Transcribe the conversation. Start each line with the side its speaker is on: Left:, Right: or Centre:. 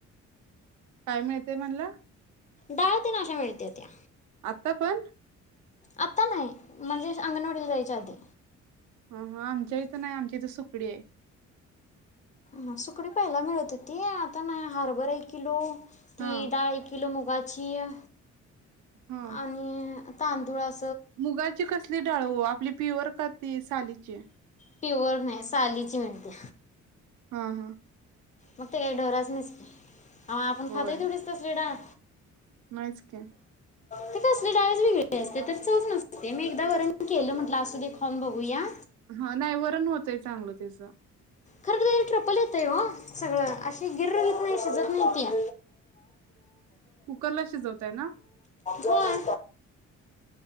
Right: काय मिळतय म्हणला
Left: डाळ्या त्यान अशा मिळत्या त्या
Right: आत्ता पण?
Left: आत्ता नाही म्हणजे अंगणवाडीला जायच्या आधी.
Right: हा हा आमच्या इथं नाही आमच्या इथं सुकडी आहे
Left: हा सुकडी पाहिल मिळत होती आ आता नाही हरभर एक किलो ती
Right: हा
Left: डाळ एक किलो मुग वाचीया
Right: हा
Left: आणि तांदुळ अस
Right: मुगाची कसली डाळ ओ आपली पिवर का ती सालीचे
Left: प्युअर नाही सालीची म्हणते
Right: हा हा
Left: म ते डोरासनिस की हा आपण
Right: होय
Left: खातोय तेवढीच तसली डाळ
Right: नाहीच की
Left: ती कसली डाळच वेगळे असते तिला चव नसते मी एकदा वरण केलं म्हटलं असू दे खाऊन बघू या
Right: ह नाही वरण होतय चांगलं त्याच
Left: खरं तर ट्रप्पल येतय ओ सगळं अशी गिर्र व्हित नाय शिजत नाय त्या
Right: कुकरला शिजवताय ना?
Left: होय